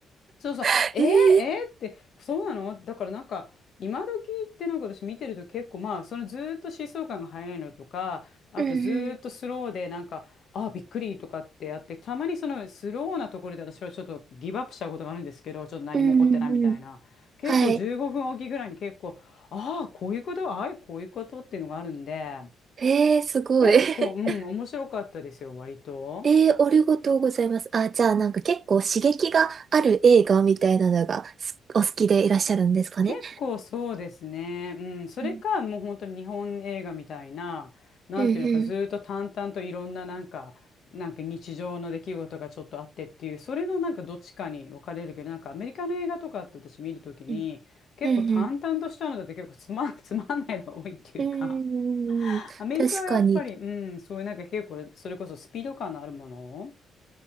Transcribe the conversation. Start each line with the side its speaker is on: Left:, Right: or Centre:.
Left: そうそう、
Right: <laughs>
Left: えー、
Right: えー、
Left: えーって、そうなのだからなんか、今時ってなんか私見てると結構まあ、そのずーっと疾走感が速いのとか、あとずーっとスローでなんか、
Right: うん
Left: あーびっくりとかってやって、たまにそのスローなところで私はちょっとギブアップしちゃうことがあるんですけど、ちょっと何も起こってないみたいな。
Right: うんうんうんうん。
Left: 結構15分おきぐらいに結構、
Right: はい。
Left: ああ、こういうこと、ああ、こういうことっていうのがあるんで、
Right: えー、すごい。
Left: 結構、
Right: <laughs>
Left: うん、面白かったですよ、割と。
Right: えー、ありがとうございます。あ、じゃあなんか結構刺激がある映画みたいなのがすお好きでいらっしゃるんですかね。
Left: 結構そうですね。うん。それか、
Right: うん
Left: もう本当に日本映画みたいな、なんていうのか、
Right: うん
Left: ずーっと淡々といろんななんか、なんか日常の出来事がちょっとあってっていう、それのなんかどっちかに分かれるけど、なんかアメリカの映画とかって私見るときに、
Right: うん
Left: 結構淡々としたのだと結構つまん、
Right: うんうん
Left: <laughs> つまんないのが多いっていうか、
Right: うんうんうんうん確かに。
Left: アメリカはやっぱり、うん、そういうなんか結構、それこそスピード感のあるものを